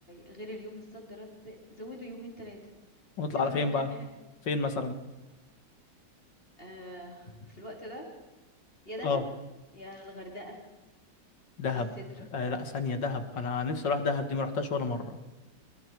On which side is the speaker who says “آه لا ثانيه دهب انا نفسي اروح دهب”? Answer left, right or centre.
Left